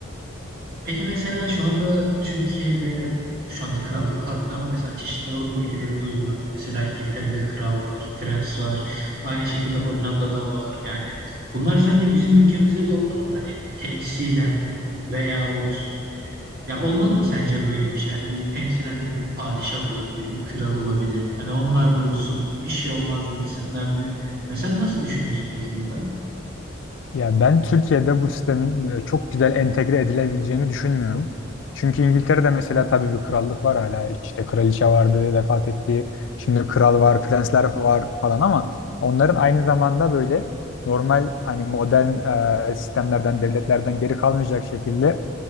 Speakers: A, on the right (about 50°); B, on the left (about 65°).
A: Peki mesela şu anda Türkiye'de şu anda krallık kalktı ama mesela çeşitli Avrupa ülkelerinde uygulanıyor. Mesela İngiltere'de kral var, prens var. Aynı şekilde Hollanda'da var. Yani bunlar sence bizim ülkemizde de olmalı mı? Hani temsilen veyahut Ya olmalı mı sence böyle bir şey? Hani bir temsilen ne bileyim, bir padişah olabilir, bir kral olabilir. Hani onlar da olsun, bir şey olmaz gibisinden mi? Ha, sen nasıl düşünüyorsun peki burada?
B: Ya ben Türkiye'de bu sistemin böyle çok güzel entegre edilebileceğini düşünmüyorum. Çünkü İngiltere'de mesela tabii bir krallık var hala. İşte kraliçe vardı, vefat etti. Şimdi kral var, prensler var falan ama onların aynı zamanda böyle normal hani modern e, sistemlerden, devletlerden geri kalmayacak şekilde